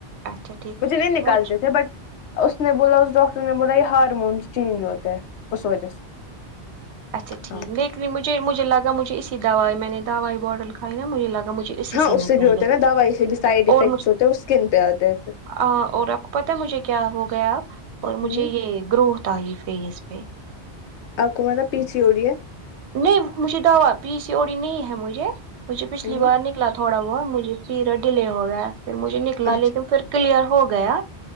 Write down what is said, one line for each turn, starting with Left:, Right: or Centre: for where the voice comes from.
Right: اچھا ٹھیک
Left: مجھے نہیں نکالتے
Right: مجھ
Left: تھے بٹ اس نے بولا اس ڈاکٹر نے بولا یہ ہارمون چینج ہوتا ہے اس وجہ سے
Right: اچھاٹھیک
Left: ہاں
Right: مجھے مجھے لگا مجھے اسی دوائی میں نے دوائی باٹل کھائی نا مجھے لگا مجھے اسی
Left: ہاں
Right: سے
Left: اس
Right: نکل
Left: بھی ہوتا
Right: گ
Left: ہے نا دوائی سے بھی سائڈ افیکٹس
Right: اور م
Left: ہوتے ہیں وہ اسکن پہ آتے ہیں پھر
Right: ہ اور ر پتا مجھے کیا ہو گیا اور مجھے
Left: ہوں
Right: یہ گروھ آئی فیس پہ
Left: آپ کو میں نا پیچھیے ہو رہی ہے
Right: نہیں مجھے دعوا پی سی اوڑی نہیں ہے مجھے مجھے
Left: ہے
Right: پچھلی بار
Left: ہ
Right: ن ن تھوڑا بہت مجھے پیریڈ ڈیے ہو گیا پھر مجھے نکلا
Left: اچھا
Right: لیکن پھر کلیئر ہو گیا